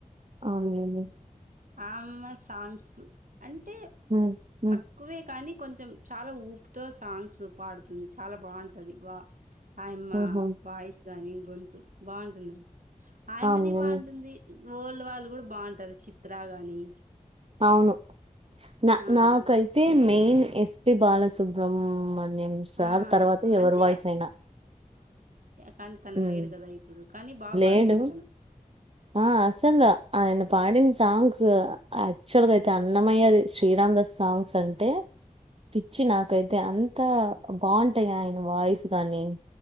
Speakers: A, on the right (about 45°); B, on the right (about 70°).
A: అవునండి
B: ఆమ్మ సాంగ్స్ అంటే
A: ఉమ్ ఉమ్
B: తక్కువే కానీ కొంచెం చాలా ఊపుతో సాంగ్స్ పాడుతుంది చాలా బావుంటది వా ఆయమ్మ
A: ఉహు
B: వాయిస్ గాని గొంతు బావుంటుందండి ఆయమ్మది
A: అవునులేండి
B: బావుంటుంది ఓల్డ్ వాళ్ళు గుడ బావుంటరు చిత్రా గాని
A: అవును నా
B: ఆ
A: నాకైతే
B: వా
A: main S P Bala Subrahmanyam సార్
B: ఆ
A: తర్వాత ఎవరి
B: అంటే
A: వాయిస్ అయినా
B: కనీ తను
A: హ్మ్
B: లేడు గదా ఇప్పుడు కనీ బా
A: లేడు
B: పాడుతడు తను
A: ఆ అస్సల్ ఆయన పాడిన సాంగ్ క్స్ యాక్చువల్ గ అయితే అన్నమయ్యది శ్రీరామ దాస్ సాంగ్స్ అంటే పిచ్చి నాకైతే అంత బావుంటయి ఆయన వాయిస్ గాని